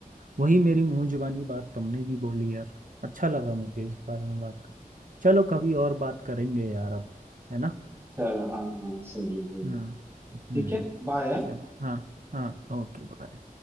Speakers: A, on the right; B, on the right.
A: वही मेरी मुंह जुबानी बात तुमने भी बोली यार अच्छा लगा मुझे इस बारे में बात कर चलो कभी और बात करेंगे यार अब है ना
B: चलो हाँ हाँ जरूर जरूर
A: हाँ हम्म
B: ठीक है बाय
A: चलो हाँ हाँ ओके बाय